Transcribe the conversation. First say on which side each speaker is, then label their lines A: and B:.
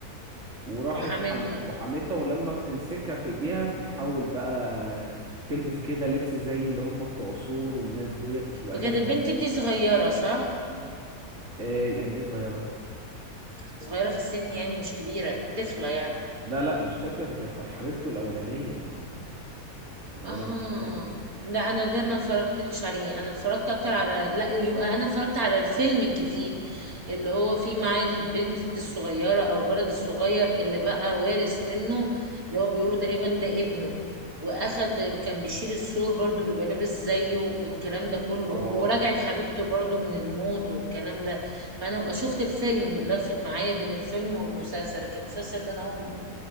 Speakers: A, on the right (about 50°); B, on the right (about 70°).
A: وراحت
B: وحماتها
A: حم... وحمتها ولما بتمسكها في ايديها بتتحول بقى تلبس كده لبس زي اللي هم بتوع سور والناس ديت وبتبقى
B: وكانت
A: جامدة
B: البنت دي صغيرة صح؟
A: ايه يعني ايه صغيرة
B: صغيرة في السن يعني مش كبيرة طفلة يعني
A: لا لا مش طفلة دي كانت حبيبته الأولانية صغيرة
B: اه
A: ازاي
B: لا انا ده ما اتفرجتش عليه انا اتفرجت اكتر على لا يبقى انا اتفرجت على الفيلم الجديد اللي هو فيه معاه البنت الصغيرة او الولد الصغير اللي بقى وارث منه اللي هو بيقولوا تقريبا ده ابنه واخد كان بيشيل السور برضو بيبقى لابس زيه والكلام ده كله
A: اه
B: ورجعت حبيبته برضو من الموت والكلام ده فانا بقى شفت الفيلم لفت معايا بين الفيلم والمسلسل كان المسلسل ده انا اول